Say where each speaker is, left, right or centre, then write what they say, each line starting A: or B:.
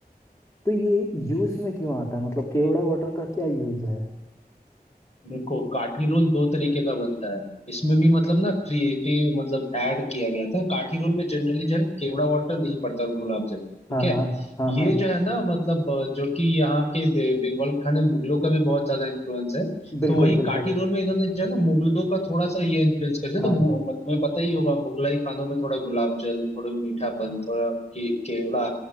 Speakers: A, on the left; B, on the left.
A: तो ये यूज़ में क्यों आता है मतलब केवड़ा वाटर का क्या यूज़ है
B: देखो काठी रोल दो तरीके का बनता है इसमें भी मतलब ना क्रिएटिव मतलब ऐड किया गया था काठी रोल में जनरली जो है केवड़ा वाटर नहीं पड़ता और गुलाब जल ठीक
A: हाँ
B: है
A: हाँ हाँ
B: ये
A: हाँ
B: जो है ना मतलब अ, जो कि यहाँ के बे- बंगाल के खाने में मुगलों का भी बहुत ज्यादा इन्फ्लुएंस है
A: बिल्कुल
B: तो वही
A: बिल्कुल
B: काठी रोल में इन्होंने जो है ना मुगलों का थोड़ा सा ये इन्फ्लुएंस कर दिया
A: हाँ
B: तो मु- मत- तुम्हें पता ही होगा मुगलाई खानों में थोड़ा गुलाब जल थोड़ा मीठापन थोड़ा के, केवड़ा